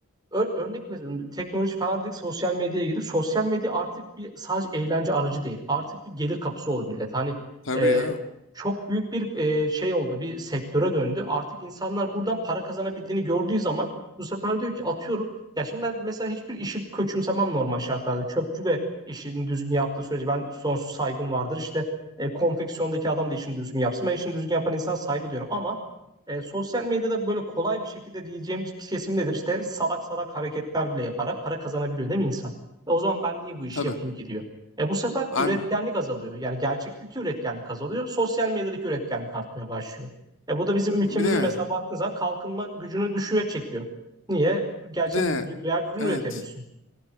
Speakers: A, on the right; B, on the left.
A: Ör- örnek veriyorum teknoloji falan dedik sosyal medyaya girip sosyal medya artık bir sadece eğlence aracı değil artık bir gelir kapısı oldu millet hani
B: Tabii
A: e,
B: ya.
A: çok büyük bir e, şey oldu bir sektöre döndü artık insanlar buradan para kazanabildiğini gördüğü zaman bu sefer diyor ki atıyorum ya şimdi ben mesela hiçbir işi köçümsemem normal şartlarda çöpçü de işini düzgün yaptığı sürece ben sonsuz saygım vardır işte e, konfeksiyondaki adam da işini düzgün yapsın ben işini düzgün yapan insan saygı diyorum ama e, sosyal medyada böyle kolay bir şekilde diyeceğim bir kesim nedir? İşte salak salak hareketler bile yaparak para kazanabiliyor değil mi insan? E, o zaman ben niye bu işi
B: Tabii.
A: yapayım ki diyor. E, bu sefer
B: Abi
A: üretkenlik azalıyor. Yani gerçeklik üretkenlik azalıyor. Sosyal medyadaki üretkenlik artmaya başlıyor. E, bu da bizim ülkemizin
B: bir de
A: mesela baktığın zaman kalkınma gücünü düşüğe çekiyor. Niye? Gerçek
B: bir de
A: real ürün
B: evet.
A: üretemiyorsun.